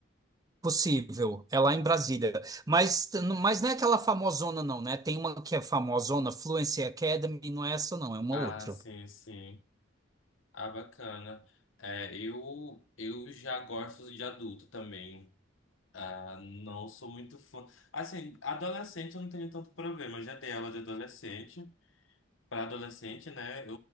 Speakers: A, on the right (about 20°); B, on the left (about 80°).
A: possível. É lá em Brasília. Mas, mas não é aquela famosona, não, né? Tem uma que é famosona, Fluency Academy, não é essa, não, é uma
B: Ah,
A: outra.
B: sim, sim. Ah, bacana. É, eu, eu já gosto de adulto também. Ah, não sou muito fã. Assim, adolescente eu não tenho tanto problema. Já dei aula de adolescente. Para adolescente, né? Eu,